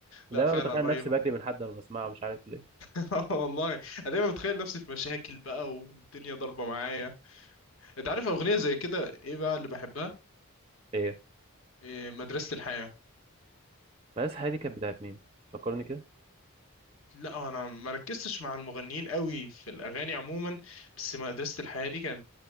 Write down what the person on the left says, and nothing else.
لا فعلا
رهيبة
<laughs> اه والله انا دايما بتخيل نفسي في مشاكل بقى والدنيا ضاربة معايا انت عارف اغنية زي كده ايه بقى اللي بحبها
إيه مدرسة الحياة
لا انا ما ركزتش مع المغنيين قوي في الاغاني عموما بس مدرسة الحياة دي كانت